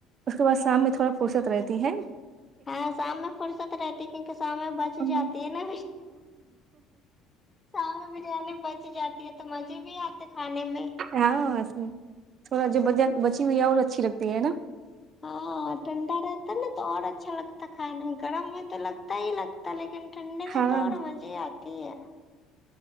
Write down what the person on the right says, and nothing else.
اس کے بعد سام میں تھوڑا فرصت رہتی ہے
ہوں
ہاںس سووراج بجار بچی ہوئی ہے اور اچھی لگتی ہے نا
ہاں